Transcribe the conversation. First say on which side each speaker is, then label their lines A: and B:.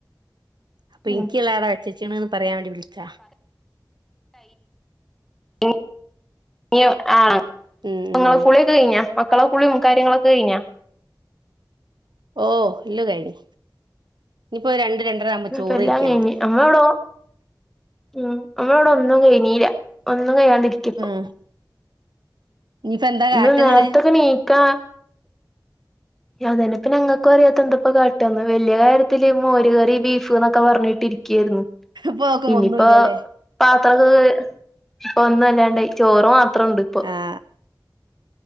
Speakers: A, on the right (about 70°); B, in the centre.
A: അപ്പൊ ഇനിക്ക്
B: ഉം
A: ഇള്ളത് വെച്ചച്ചിണ് പറയാൻ വേണ്ടി വിളിച്ചാ
B: ഇ <unintelligible> <unintelligible> ആഹ്
A: ഉം ഉം
B: ങ്ങള് കുളിയൊക്കെ കഴിഞ്ഞ മ മക്കളെ കുളിയും കാര്യങ്ങളൊക്കെ കഴിഞ്ഞാ
A: ഓ ഇല്ലോ കഴിഞ്ഞ് ഇനിപ്പൊ രണ്ട് രണ്ടര ആവുമ്പോ ചോറ്
B: പ്പ എല്ലാം
A: വെയ്ക്കണം
B: കഴിഞ്ഞ് അമ്മ ഇവിടെ ഓ ഉം നമ്മളിവിടെ ഒന്നും കഴിനീല്ല ന്നുംകഴിയാണ്ട് രിക്ക ഇപ്പൊ
A: ആഹ് ഇനിയിപ്പോ എന്താ
B: ഇന്ന്
A: കാട്ട്ങ്ങള്
B: നേരത്തൊക്കെ ണീക്കാ അതെന്നക്ക ഞങ്ങൾക്കും അറിയാത്ത എന്താപ്പ കാട്ടന്ന് വലിയ കാര്യത്തില് മോര് കറി ബീഫ്ന്ന് ക്കപറഞ്ഞിട്ടിരിക്കായിരുന്നു
A: ഇപ്പൊ ഓക്കും
B: ഇനിയിപ്പോ
A: ഒന്നുല്ലല്ലേ
B: പാ <unintelligible> അത് ഇപ്പൊ ഒന്നല്ലാണ്ടായി ചോറ് മാത്രണ്ട് ഇപ്പൊ
A: ആഹ്